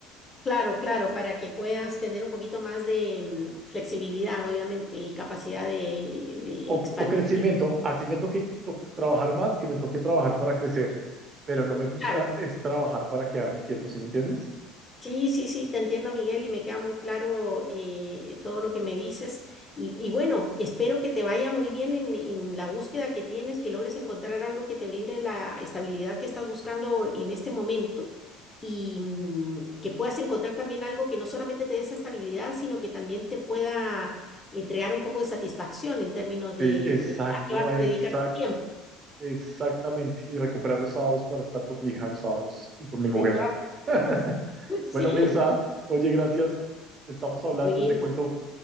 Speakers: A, on the left; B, on the right.
A: Claro, claro, para que puedas tener un poquito más de mm, flexibilidad, obviamente, y capacidad de, de
B: O,
A: expandir.
B: o crecimiento, así me toque to- trabajar más, que me toque trabajar para crecer, pero no me gusta
A: Claro,
B: es trabajar para quedarme quieto, ¿sí me entiendes?
A: Sí, sí, sí, te entiendo, Miguel, y me queda muy claro eh, todo lo que me dices. Y, y bueno, espero que te vaya muy bien en, en la búsqueda que tienes, que logres encontrar algo que te brinde la estabilidad que estás buscando en este momento y mm, que puedas encontrar también algo que no solamente te dé esa estabilidad, sino que también te pueda entregar un poco de satisfacción en términos de,
B: Sí, exacto,
A: de a qué vas
B: ah,
A: a dedicar
B: exacto,
A: tu tiempo,
B: exactamente. Y recuperar los sábados para estar con mi hija los sábados y con mi mujer.
A: de todas
B: <laughs>
A: maneras. <laughs> Sí,
B: Bueno, Mirza, oye, gracias. Estamos hablando,
A: bueno,
B: te cuento.